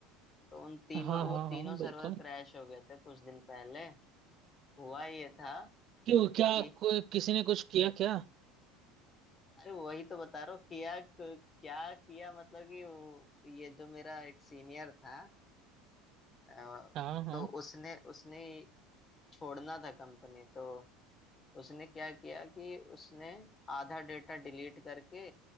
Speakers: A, on the left; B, on the right.
A: तो उन तीनों
B: हाँ
A: वो
B: हाँ
A: तीनों
B: हाँ
A: सर्वर
B: बिल्कुल
A: क्रैश हो गए थे कुछ दिन पहले हुआ ये था
B: क्यों क्या
A: कि
B: कोई किसी ने कुछ किया क्या
A: अरे वही तो बता रहा हूँ किया क्या किया मतलब कि वो, ये जो मेरा एक सीनियर था अ,
B: हाँ हाँ
A: तो उसने उसने छोड़ना था कंपनी तो उसने क्या किया कि उसने आधा डेटा डिलीट करके